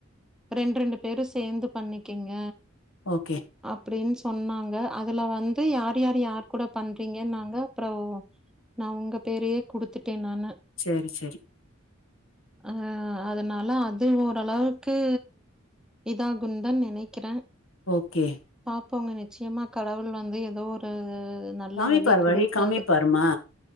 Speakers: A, in the centre; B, on the left.
A: ரெண்ட் ரெண்டு பேரு சேந்து பண்ணிக்கிங்க
B: ஓகே
A: அப்டின் சொன்னாங்க அதல வந்து யார்யார் யார் கூட பண்றிங்கனாங்க அப்றோ நா உங்க பேரயே குடுத்திட்டே நானு
B: சேரி சரி
A: அ அதனால அது ஓரளவுக்கூ இதாகுண்தா நெனைக்கறே
B: ஓக்கே
A: பாப்போங்க நிச்சயமா கடவுள் வந்து ஏதோ ஒரு நல்ல
B: காமிப்பாரு
A: குடுப்பாரு.
B: வழி காமிப்பாரு மா